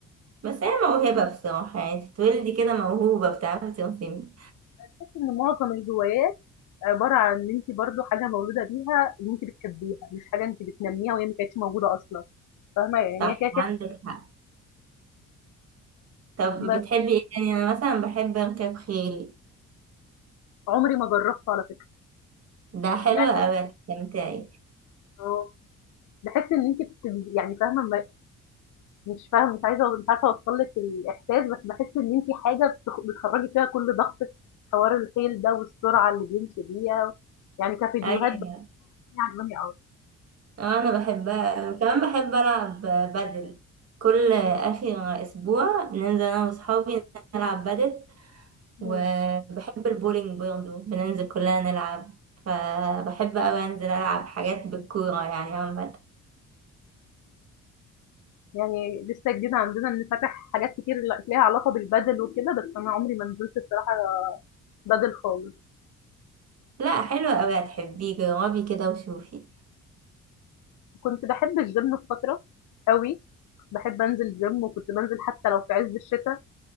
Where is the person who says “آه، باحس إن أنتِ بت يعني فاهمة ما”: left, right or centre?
Left